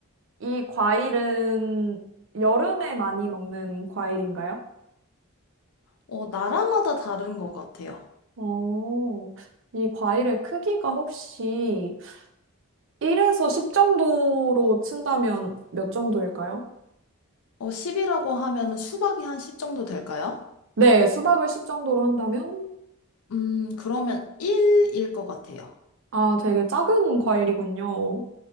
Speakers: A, on the right (about 55°); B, on the left (about 75°).
A: 이 과일은 여름에 많이 먹는 과일인가요?
B: 어, 나라마다 다른 것 같아요.
A: 어, 이 과일의 크기가 혹시 1에서 10 정도로 친다면 몇 정도일까요?
B: 어, 10이라고 하면은 수박이 한 10 정도 될까요?
A: 네, 수박을 10 정도로 한다면?
B: 음, 그러면 1일 것 같아요.
A: 아, 되게 작은 과일이군요.